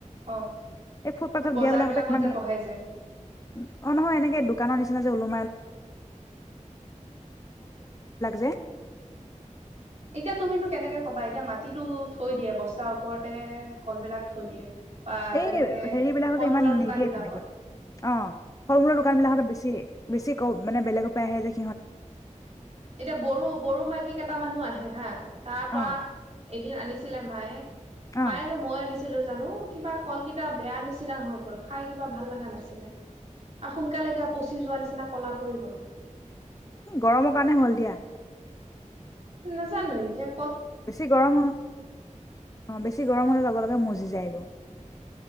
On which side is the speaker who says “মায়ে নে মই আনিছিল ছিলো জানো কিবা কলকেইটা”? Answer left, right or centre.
Right